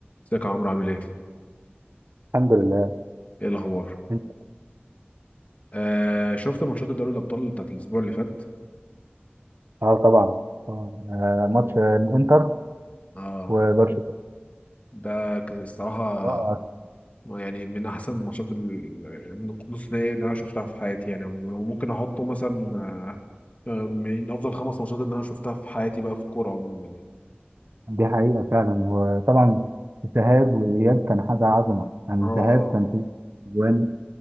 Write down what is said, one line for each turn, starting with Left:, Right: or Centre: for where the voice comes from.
Left: ازيك يا عمرو عامل ايه؟
Right: الحمد لله
Left: ايه الاخبار؟
Right: انت
Left: آه شفت ماتشات الدوري الابطال بتاعت الاسبوع اللي فات؟
Right: اه طبعا طبعاً. آه، ماتش الانتر
Left: اه
Right: وبرشلونه
Left: ده ك- الصراحه
Right: رائع
Left: يعني من احسن الماتشات ال- ال- نص نهائي اللي انا شفتها في حياتي يعني عموما. وممكن احطه مثلا آه، آه، من افضل خمس ماتشات اللي انا شفتها في حياتي بقى في الكوره عموما يعني
Right: دي حقيقه فعلا وطبعا الذهاب والاياب كان حاجه عظمه يعني
Left: اه
Right: الذهاب كان فيه اجوان